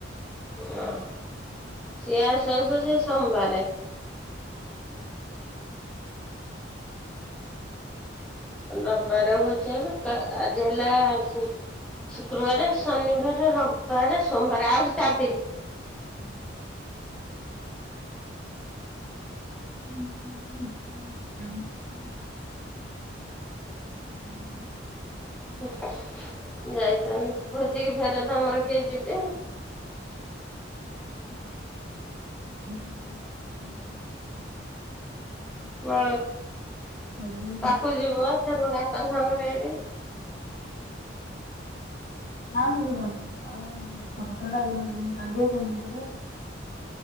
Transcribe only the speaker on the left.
ହୁଁ। <unintelligible> <unintelligible>
ହୁଁ <unintelligible>
ସେ
ନା ଆଉ ସେ ଯିବନି ଆଉ ଛୋଟ ଛୁଆଟା ଫୁଣି ଫୁଣି କାନ୍ଦିବ ଫୁଣି ଇଏ କରିବ